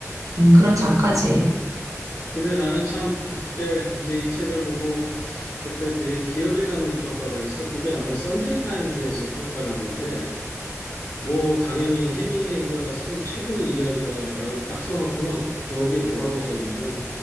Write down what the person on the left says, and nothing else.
근데 나는 참 그때 이제 이 책을 보고 그때 되게 기억에 남는 평가가 있어. 그게 아마 썬데이 타임즈에서 평가를 한 건데 뭐 당연히 해밍웨이가 쓴 최고의 이야기다라고 딱 써놓고는 거기에 뭐라고 써 있냐면